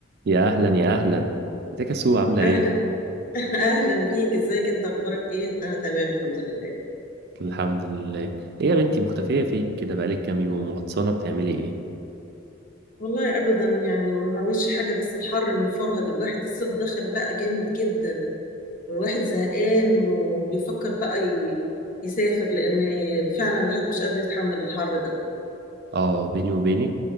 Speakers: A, on the right (about 55°); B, on the left (about 45°).
A: يا اهلا يا اهلا ازيك يا سو عامله ايه
B: اهلا <laughs> اهلا بيك ازيك انت اخبارك ايه انا تمام الحمد لله
A: الحمد لله ايه يا بنتي مختفيه فين كده بقالك كام يوم غطسانه بتعملي ايه
B: والله ابدا يعني ما بعملش حاجه بس الحر مفرهد الواحد الصيف دخل بقى جامد جدا والواحد زهقان وبيفكر بقى ي- يسافر لان فعلا الواحد مش قادر يتحمل الحر ده
A: اه بيني وبينك